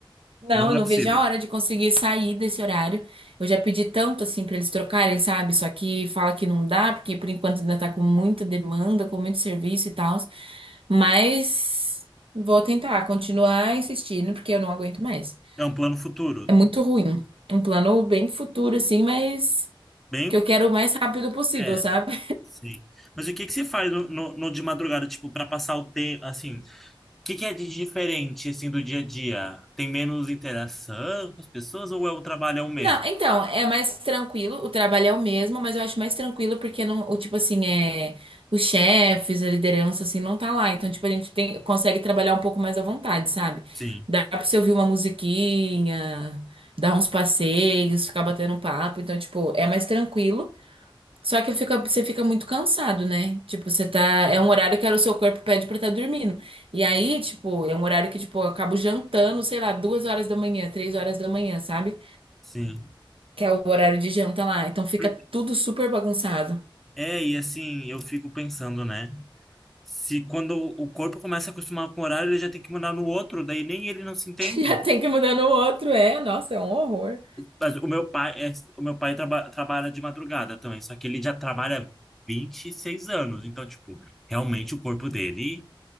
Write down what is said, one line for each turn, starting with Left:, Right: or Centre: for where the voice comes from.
Right: Não,
Centre: Não
Right: eu
Centre: é
Right: não
Centre: possível.
Right: vejo a hora de conseguir sair desse horário. Eu já pedi tanto assim pra eles trocarem, sabe? Só que fala que não dá, porque por enquanto ainda tá com muita demanda, com muito serviço e tal. Mas vou tentar continuar insistindo, porque eu não aguento mais.
Centre: É um plano futuro.
Right: É muito ruim. Um plano bem futuro, assim, mas
Centre: Bem,
Right: que eu quero o mais rápido possível,
Centre: é,
Right: sabe?
Centre: sim. Mas o que que você faz no, no- no de madrugada, tipo, para passar o tempo, assim? O que que é de diferente assim do dia a dia? Tem menos interação com as pessoas ou é o trabalho é o mesmo?
Right: Não, então, é mais tranquilo, o trabalho é o mesmo, mas eu acho mais tranquilo porque não, o tipo assim, é, os chefes, a liderança assim não tá lá, então tipo a gente tem, consegue trabalhar um pouco mais à vontade, sabe?
Centre: Sim,
Right: Dá pra você ouvir uma musiquinha, dar uns passeios, ficar batendo um papo, então tipo, é mais tranquilo. Só que fica, você fica muito cansado, né? Tipo, você tá. É um horário que o seu corpo pede pra estar dormindo. E aí, tipo, é um horário que, tipo, eu acabo jantando, sei lá, duas horas da manhã, três horas da manhã, sabe?
Centre: sim.
Right: que é o horário de janta lá. Então fica
Centre: Por-
Right: tudo super bagunçado.
Centre: É, e assim, eu fico pensando, né? Se quando o corpo começa a acostumar com o horário, ele já tem que mudar no outro, daí nem ele não se entende.
Right: <laughs> Já tem que mudar no outro, é. Nossa, é um horror.
Centre: Mas o meu pai, é, o meu pai traba- trabalha de madrugada também, só que ele já trabalha 26 anos, então, tipo, realmente o corpo dele